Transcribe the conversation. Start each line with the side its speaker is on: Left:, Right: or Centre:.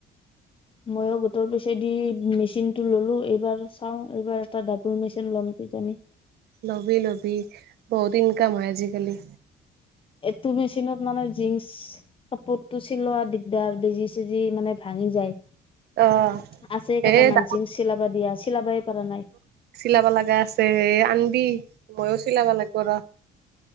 Left: ময়ো গোটৰ পইছে দি মেচিনটো ললো এইবাৰ চাও এইবাৰ এটা ডাবল মেচিন লম কি জানি।
Right: ল'বি ল'বি বহুত ইনকম হয় আজিকালি।
Left: এইটো মেচিনত মানে জীনচ কাপোৰতটো চিলোৱা দিগদাৰ বেজি চেজি মানে ভাঙি যায়
Right: অ
Left: আছে কেইটামান
Right: এ ড
Left: জিন্ক চিলাব দিয়া চিলাবই পৰা নাই
Right: চিলাব লগা আছে এ আনিবি মইয়ো। চিলাবালা লাগবৰ।